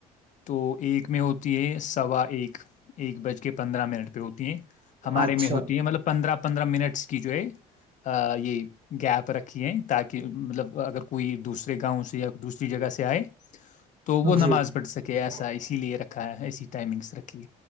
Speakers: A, on the left; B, on the right.
A: تو ایک میں ہوتی ہے سوا ایک ایک بج کے پندرہ منٹ پیتیین ہمارے
B: اچھا
A: میں ہوتی ہے مطلب پندرہ پندرہ منٹ کی جو ہے یہ گیپ رکھی ہے تاکہ مطلب اگر کوئی دوسرے گاؤں سے یا دوسری جگہ سے آئے تو وہ نماز
B: جی جی
A: پڑھ سکے ایسا اسی لیے رکھا ہے ایسی ٹائمنگس رکھی